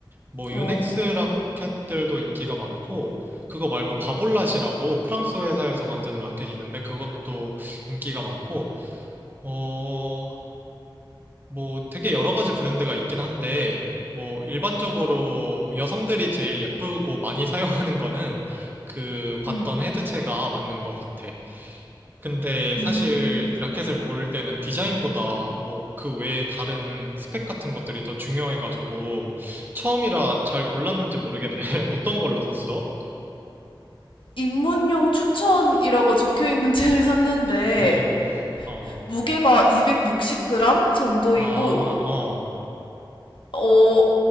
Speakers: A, on the right; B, on the left.
A: 뭐
B: 어,
A: 요넥스 라켓들도 인기가 많고 그거 말고 바볼랏이라고 프랑스 회사에서 만드는 라켓이 있는데 그것도 인기가 많고 어 뭐 되게 여러 가지 브랜드가 있긴 한데 뭐 일반적으로 여성들이 제일 예쁘고 많이 <laughs> 사용하는 거는 그 봤던
B: 음.
A: 헤드체가 맞는 것 같아. 근데
B: 음.
A: 사실 라켓을 고를 때는 디자인보다 뭐 그 외에 다른 스펙 같은 것들이 더 중요해가지고 처음이라 잘 골랐는지 모르겠네. <laughs> 어떤 걸로 샀어?
B: 입문용 추천이라고 적혀 있는 채를 샀는데
A: <laughs> 어,
B: 무게가 260g 정도이고
A: 아, 어,
B: 어